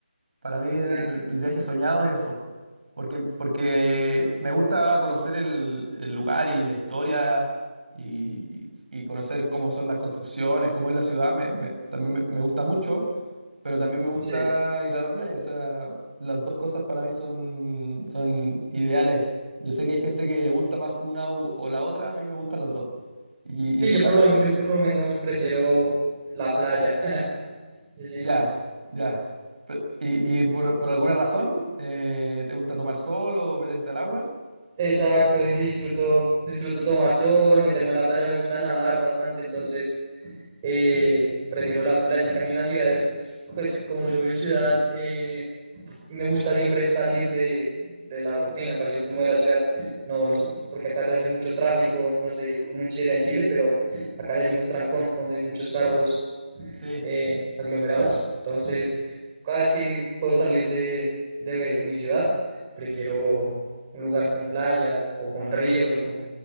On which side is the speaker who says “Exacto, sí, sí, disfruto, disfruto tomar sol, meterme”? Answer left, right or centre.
Right